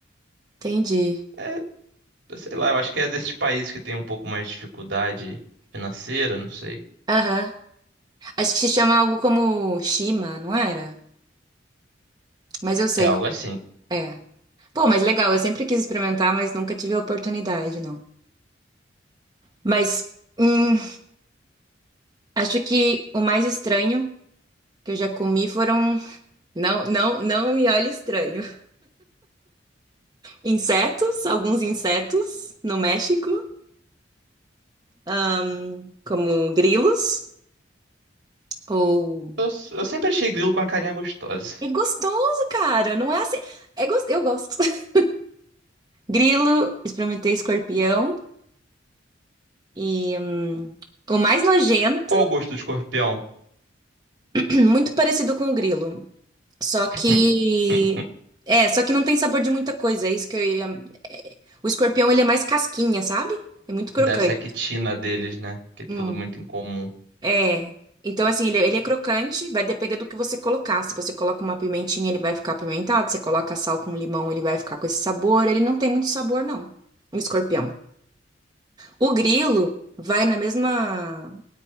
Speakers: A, on the right (about 20°); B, on the right (about 65°).
A: Entendi.
B: é Sei lá, eu acho que é desses países que tem um pouco mais de dificuldade financeira, não sei.
A: Aham. Acho que se chama algo como shima, não era? Mas eu sei.
B: É algo
A: co-
B: assim.
A: É. Pô, mas legal. Eu sempre quis experimentar, mas nunca tive a oportunidade, não. Mas hum, acho que o mais estranho que eu já comi foram Não, não, não me olhe estranho. Insetos, alguns insetos no México, ahn, como grilos, ou...
B: Eu, s- eu sempre achei grilo com a carinha gostosa.
A: É gostoso, cara, não é assim... É gos- Eu gosto. <laughs> Grilo, experimentei escorpião, e hum, o mais nojento,
B: Qual o gosto do escorpião?
A: <clears throat> muito parecido com o grilo, só que...
B: <laughs>
A: É, só que não tem sabor de muita coisa, é isso que eu ia... é, O escorpião, ele é mais casquinha, sabe? É muito crocante.
B: Deve ser a quitina deles, né? Que é tudo
A: Hum.
B: muito incomum.
A: É. Então, assim, ele, é, ele é crocante, vai depender do que você colocar. Se você coloca uma pimentinha, ele vai ficar apimentado. Se você coloca sal com limão, ele vai ficar com esse sabor. Ele não tem muito sabor, não. O escorpião. O grilo vai na mesma,